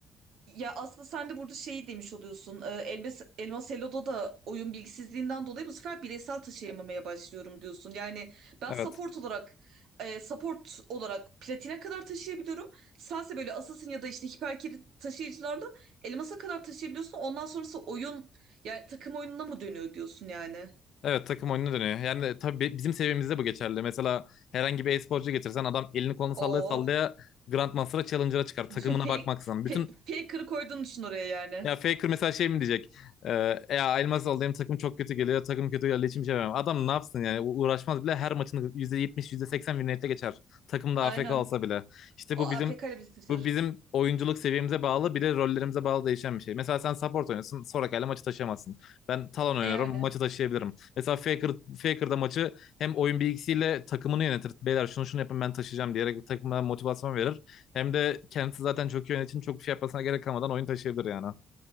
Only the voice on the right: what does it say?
Ya aslında sen de burada şey demiş oluyorsun. E, Elmas, Elmas Elo'da da oyun bilgisizliğinden dolayı bu sefer bireysel taşıyamamaya başlıyorum diyorsun. Yani ben
support olarak e, support olarak platine kadar taşıyabiliyorum. Sense böyle assassin ya da işte hiper carry taşıyıcılarla elmasa kadar taşıyabiliyorsun. Ondan sonrası oyun yani takım oyununa mı dönüyor diyorsun yani.
Oo.
Düşün fake,
fe,
faker'ı koyduğunu düşün oraya yani.
Aynen.
A-
AFK ile bir taşır.
E yani.